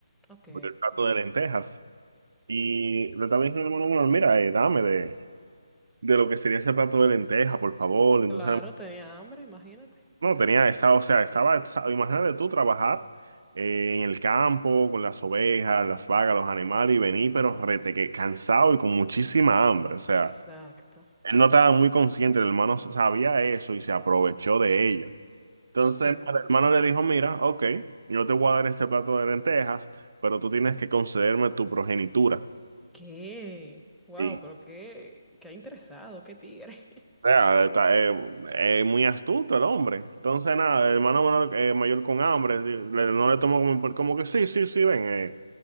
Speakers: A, in the centre; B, on the right (about 60°).
A: Ok.
B: por el plato de lentejas. Y le estaba diciendo al hermano menor, mira, eh, dame de, de lo que sería ese plato de lentejas, por favor. Entonces,
A: Claro, tenía hambre, imagínate.
B: no, tenía, estaba, o sea, estaba, exa- imagínate tú trabajar eh, en el campo con las ovejas, las vacas, los animales y venir, pero rete, que cansado y con muchísima hambre. O sea.
A: Exacto.
B: Él no estaba muy consciente, el hermano sabía eso y se aprovechó de ella. Entonces
A: Ok.
B: el hermano le dijo, mira, ok, yo te voy a dar este plato de lentejas, pero tú tienes que concederme tu progenitura.
A: ¿Qué? Wow,
B: Sí.
A: pero qué, qué interesado, qué tigre. <laughs>
B: O sea, está, eh, eh, muy astuto el hombre. Entonces, nada, el hermano menor, eh, mayor con hambre, le- no le tomó como, por- como que sí, sí, sí, ven. Eh,